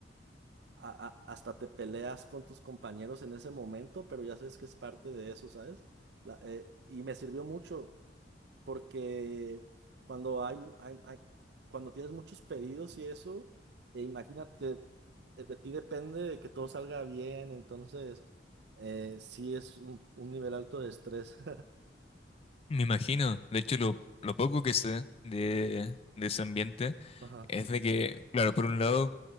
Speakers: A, on the right; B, on the left.
A: A- a- hasta te peleas con tus compañeros en ese momento, pero ya sabes que es parte de eso, ¿sabes? La- eh, y me sirvió mucho porque cuando hay, mu- hay- hay- cuando tienes muchos pedidos y eso, e imagínate, eh, de ti depende de que todo salga bien, entonces eh, sí es un, un nivel alto de estrés. <laughs>
B: Me imagino, de hecho lo, lo poco que sé de, de ese ambiente
A: Ajá.
B: es de que, claro, por un lado